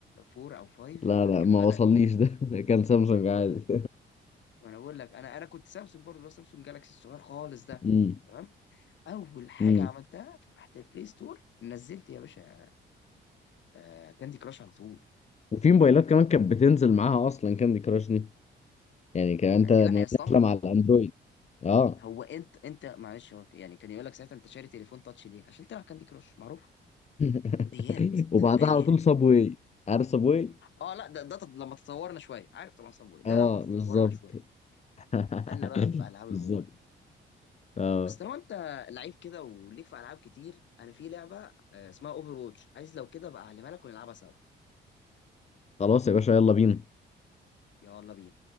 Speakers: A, on the left; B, on the left.
A: 4 او 5
B: لا
A: هو اللي
B: لا
A: كان
B: ما
A: بدأ
B: وصليش ده <laughs> كان سامسونج
A: ي...
B: عادي
A: وانا بقول لك انا انا كنت سامسونج برضه اللي هو سامسونج جالاكسي الصغير خالص ده
B: <laughs>
A: تمام اول حاجه
B: امم
A: عملتها فتحت البلاي ستور نزلت يا باشا آه كاندي كراش على طول
B: وفي موبايلات كمان كانت بتنزل معاها اصلا كاندي كراش دي يعني كان انت ما-
A: لا يا اسطمبه
B: نازله مع الاندرويد اه
A: هو انت انت معلش هو يعني كان يقول لك ساعتها انت شاري تليفون تاتش ليه عشان تلعب كاندي كراش معروف
B: <laughs>
A: بديهيات
B: وبعدها
A: <laughs> بديهيات
B: على طول صابواي عارف صابواي
A: اه لا ده ده تط- لما تطورنا شويه عارف طبعا صابوي ده
B: اه
A: لما تطورنا
B: بالظبط
A: شويه
B: <laughs>
A: دخلنا بقى في العاب الموبايل
B: بالظبط اه
A: بس طالما انت لعيب كده وليك في العاب كتير انا في لعبه آه، اسمها اوفر ووتش عايز لو كده بقى اعلمها لك ونلعبها سوا
B: خلاص يا باشا يلا بينا
A: يلا بينا